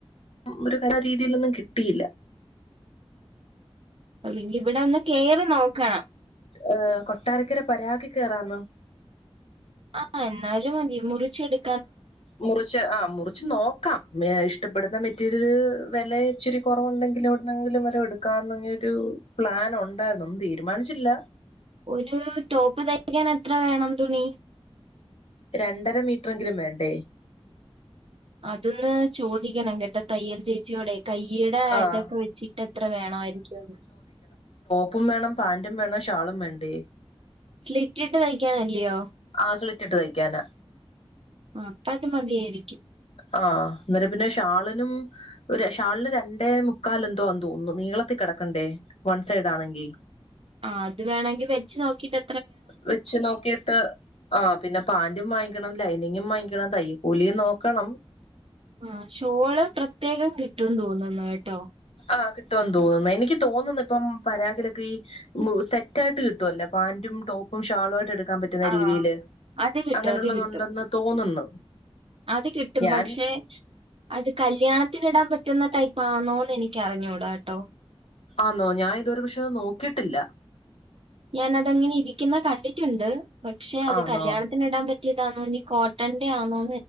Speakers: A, on the left; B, on the right.
A: ഒരു കര രീതിയിലൊന്നും കിട്ടിയില്ല
B: അല്ലെങ്കി ഇവിടെ ഒന്ന് കേറി നോക്കണം
A: ഏർകൊട്ടാരക്കര പരാഗി കേറാന്നോ
B: ആഹ എന്നാലും മതി മുറിച്ചെടു
A: മുറിച്ച് ആ മുറിച്ച് നോക്കാം മേഷ് ഇഷ് പ്പെടുന്ന മെറ്റീരിയൽ വില ഇച്ചിരി കുറവുണ്ടെങ്കിൽ എവിടുന്നെങ്കിലും വരെ എടുക്കാംന്നൊരു പ്ലാൻ ഞാൻ ഉണ്ടായിരുന്നു ഒന്നും തീരുമാനിച്ചില്ല
B: ഒരു ടോപ്പ് തയ്ക്കാൻ എത്ര വേണം തുണി
A: രണ്ടര മീറ്ററെങ്കിലും വേണ്ടേ
B: അതൊന്ന് ചോദിക്കണം കേട്ടോ തയ്യൽ ചേച്ചിയോടെയ് കൈയുടെ
A: ആഹ്
B: ഇതൊക്കെ വെച്ചിട്ട് എത്ര വേണായിരിക്കും
A: പ്പും വേണം പാന്റും വേണം ഷാളും വേണ്ടേ
B: സ്ലിറ്റിട്ട് തയ്ക്കാനല്യോ
A: ആ സ്ലിറ്റിട്ട് ളി തയ്ക്കാനാ
B: അപ്പ അത് മതിയായിരിക്കും
A: ആഹ് അന്നേരം പിന്നെ ഷാളിനും ഒരു ഷാളിന് രണ്ടേ മുക്കാലന്തോന്ന് തോന്നുന്നു നീ നീളത്തി കടക്കണ്ടേ വൺ സൈഡാണെങ്കി
B: ആ അത് വേണെങ്കിൽ വെച്ച് നോക്കീട്ട്
A: വെച്ച് നോക്കിയിട്ട് ആ പിന്നെ പാന്റും വാങ്ങിക്കണം ലൈനി - ങ്ങും വാങ്ങിക്കണം തയ്യ കൂലിയും നോക്കണം
B: ആ ഷോള് പ്രത്യേകം കിട്ടുംന്ന് തോന്നുന്നു കെ ട്ടോ
A: ആ കിട്ടുമോന്ന് തോന്നുന്നു എനിക്ക് തോന്നുന്നു ഇപ്പം പരാഗിലൊക്കെ ഈ സെറ്റായിട്ട് കിട്ടുവല്ലേ പാന്റും ടോപ്പും ഷാളും ആയിട്ട് എടുക്കാൻ പറ്റുന്ന
B: ആഹ്
A: രീതിയിൽ
B: അത് കിട്ടും
A: അങ്ങനെയുള്ളത്ണ്ടെന്ന്
B: അത് കിട്ടും
A: തോന്നുന്നു
B: അത് കിട്ടും
A: ഞാൻ
B: പക്ഷെ അത് കല്യാണത്തിന് ഇടാൻ പറ്റ- പറ്റുന്ന ടൈപ്പാണോന്ന് എനിക്ക് അറിഞ്ഞൂടാ കേട്ടോ
A: ആണോ ഞാൻ ഇതു വരെ പക്ഷേന്ന് നോക്കിട്ടില്ല
B: ഞാനതങ്ങനെ ഇരിക്കുന്ന കണ്ടിട്ടുണ്ട് പക്ഷെ അത്
A: ആന്നോ
B: കല്യാണത്തിന് ഇടാൻ പറ്റിയതാണോഇഞ്ഞി കോട്ടന്റെ ആണോ